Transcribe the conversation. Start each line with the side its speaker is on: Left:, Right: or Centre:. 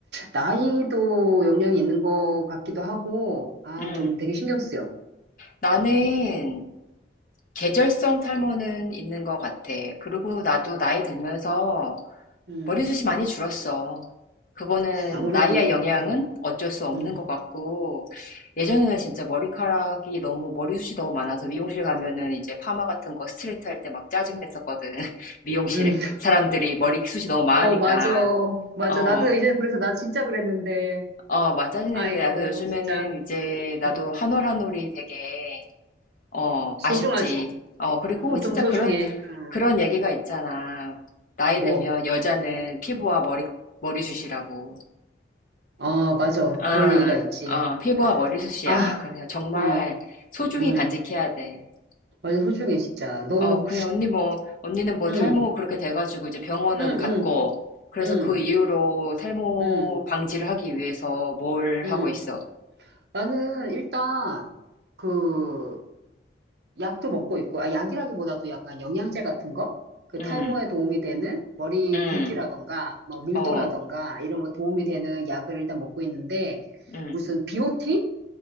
Right: 나이도 영향이 있는 것 같기도 하고, 아,
Left: 음.
Right: 좀 되게 신경 쓰여.
Left: 나는 계절성 탈모는 있는 것 같아. 그리고 나도 나이 들면서
Right: 음,
Left: 머리숱이 많이 줄었어. 그거는
Right: 아무래도,
Left: 나이의 영향은
Right: 음,
Left: 어쩔 수 없는
Right: 음,
Left: 것 같고, 예전에는 진짜 머리카락이 너무, 머리숱이 너무 많아서 미용실 가면은 이제 파마 같은 거 스트레이트 할 때 막 짜증 냈었거든. <laughs> 미용실에.
Right: 음. <laughs>
Left: 사람들이 머리숱이 너무 많으니까.
Right: 어, 맞아. 맞아.
Left: 어,
Right: 나도 이제 그래서 나 진짜 그랬는데,
Left: 어, 막 짜증
Right: 아이고,
Left: 냈는데, 나도 요즘에는
Right: 진짜.
Left: 이제 나도
Right: 음,
Left: 한올 한 올이 되게, 어,
Right: 소중하지.
Left: 아쉽지. 어, 그리고
Right: 음, 엄청
Left: 진짜
Right: 소중해.
Left: 그런,
Right: 음,
Left: 그런 얘기가 있잖아. 나이
Right: 뭐.
Left: 들면 여자는 피부와 머리, 머리숱이라고.
Right: 아, 맞아.
Left: 아,
Right: 그런 얘기가 있지.
Left: 어, 피부와 머리숱이야.
Right: 아,
Left: 그래서 정말
Right: 어,
Left: 소중히
Right: 음,
Left: 간직해야 돼.
Right: 완전 소중해, 진짜. 너,
Left: 어, 그 언니 뭐, 언니는 뭐
Right: 음,
Left: 탈모 그렇게 돼가지고 이제 병원은
Right: 음,
Left: 갔고,
Right: 음,
Left: 그래서
Right: 음,
Left: 그 이후로 탈모
Right: 음,
Left: 방지를 하기 위해서 뭘
Right: 음.
Left: 하고 있어?
Right: 나는 일단, 그, 약도 먹고 있고, 아, 약이라기보다도 약간 영양제 같은 거? 그 탈모에
Left: 응,
Right: 도움이 되는 머리
Left: 응,
Right: 굵기라던가, 막 밀도라던가,
Left: 어,
Right: 이런 거 도움이 되는 약을 일단 먹고 있는데,
Left: 응,
Right: 무슨 비오틴?